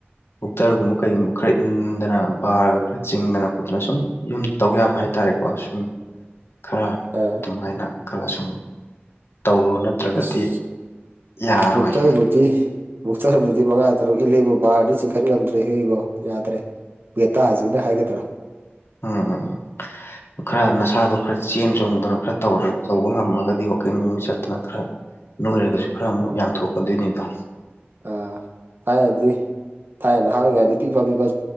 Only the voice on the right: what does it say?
ꯑꯥ
ꯑꯁ
ꯕꯨꯛꯇꯔꯕꯨꯗꯤ ꯕꯨꯛꯇꯔꯕꯨꯗꯤ ꯃꯉꯥ ꯇꯔꯨꯛ ꯏꯜꯂꯦꯕ ꯕꯥꯔꯗꯤ ꯆꯤꯡꯈꯠ ꯉꯝꯗ꯭ꯔꯦꯍ‌ꯦ ꯏꯕꯣ ꯌꯥꯗ꯭ꯔꯦ ꯋꯦꯇꯥꯁꯤꯗ ꯍꯥꯏꯒꯗ꯭ꯔꯥ
ꯍꯣꯏ
ꯑꯥ ꯊꯥꯏꯅꯗꯤ ꯊꯥꯏꯅ ꯍꯥꯡꯏꯉꯥꯏꯗꯤ ꯄꯤꯕ ꯄꯤꯕ